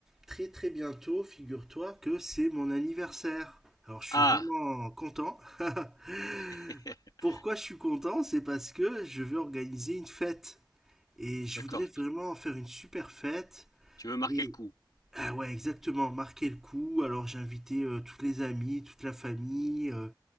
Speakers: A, in the centre; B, on the left.
A: très très bientôt, figure-toi que c'est mon anniversaire. Alors je suis
B: Ah!
A: vraiment content. <laughs>
B: <laughs>
A: Pourquoi je suis content? C'est parce que je veux organiser une fête. Et je
B: D'accord,
A: voudrais vraiment
B: tu
A: faire une super fête.
B: tu veux marquer
A: Et
B: le coup.
A: ah ouais, exactement, marquer le coup. Alors j'ai invité euh, toutes les amies, toute la famille, euh,